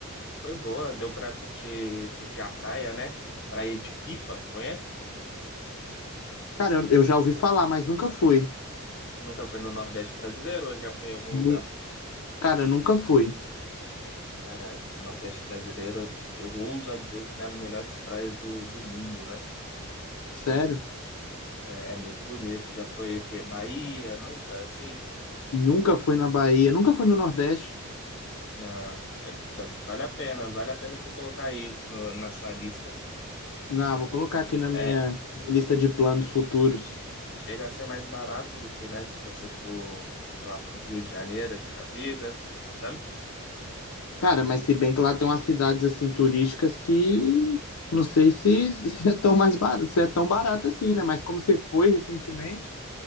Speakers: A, on the left (about 50°); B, on the left (about 75°).
A: foi boa, deu pra curtir, curtir a praia, né? Praia de Pipa, conhece?
B: Cara, eu, eu já ouvi falar, mas nunca fui.
A: Nunca foi no Nordeste brasileiro ou já foi em algum lugar?
B: Nu- Cara, nunca fui.
A: Cara, Nordeste brasileiro, eu ouso a dizer que tem as melhores praias do, do mundo, né?
B: Sério?
A: É muito bonito. Já foi aqui, Bahia, nunca, assim?
B: Nunca fui na Bahia, nunca fui no Nordeste.
A: Na, vale a pena, vale a pena você colocar aí no- na sua lista.
B: Ah, vou colocar aqui na minha
A: É,
B: lista de planos futuros.
A: chega a ser mais barato do que, né, se você for, sei lá, para o Rio de Janeiro, assim, na vida, sabe?
B: Cara, mas se bem que lá tem umas cidades assim turísticas que não sei se, se é tão mais barato, se é tão barato assim, né? Mas como você foi recentemente,